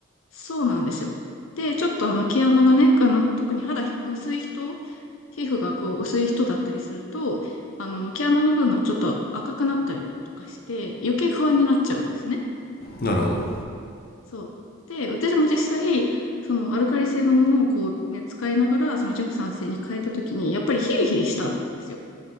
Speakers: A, on the left (about 80°); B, on the left (about 50°).
A: そうなんですよ。で、ちょっとあの毛穴がね、あの、特に肌薄い人皮膚がこう薄い人だったりすると、あの、毛穴の部分がちょっと赤くなったりとかして、余計不安になっちゃうんですね。
B: なるほ
A: そう。で、私も実際、そのアルカリ性のものをこうね、使いながら、その弱酸性に変えたときに、やっぱりヒリヒリしたんですよ。